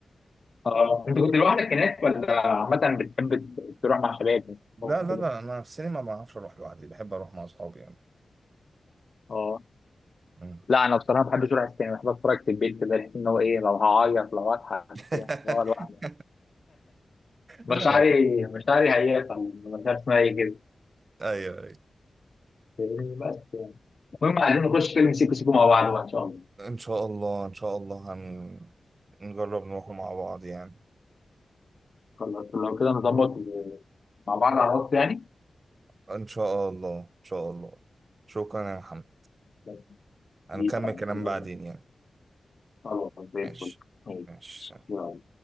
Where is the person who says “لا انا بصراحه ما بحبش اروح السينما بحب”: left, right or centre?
Left